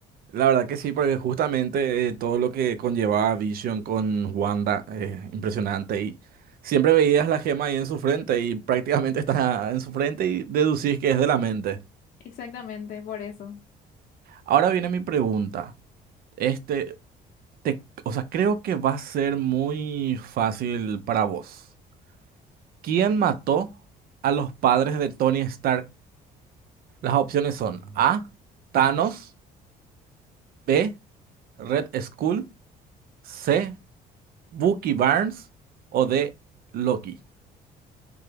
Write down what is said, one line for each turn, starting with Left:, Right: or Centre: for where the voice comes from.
Right: La verdad que sí, porque justamente eh, todo lo que conllevaba Vision con Wanda, eh, impresionante. Y siempre veías la gema ahí en su frente y prácticamente <laughs> está en su frente y deducís que es de la mente.
Left: Exactamente, por eso.
Right: Ahora viene mi pregunta. Este, te, o sea, creo que va a ser muy fácil para vos. ¿Quién mató a los padres de Tony Stark? Las opciones son A. Thanos, B. Red Skull, C. Bucky Barnes o D. Loki.